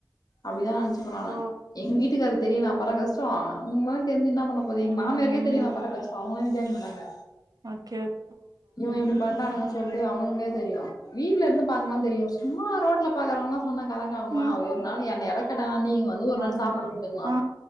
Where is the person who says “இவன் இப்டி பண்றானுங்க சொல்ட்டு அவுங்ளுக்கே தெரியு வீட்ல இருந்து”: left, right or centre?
Left